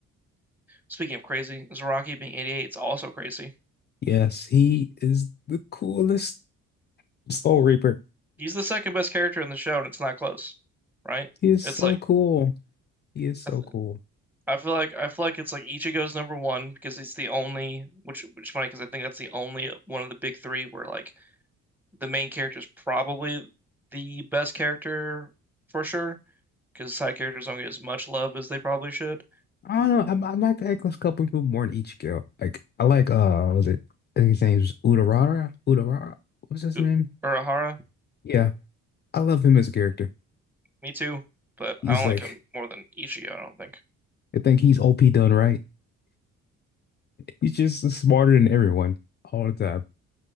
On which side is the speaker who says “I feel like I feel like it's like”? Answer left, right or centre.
Centre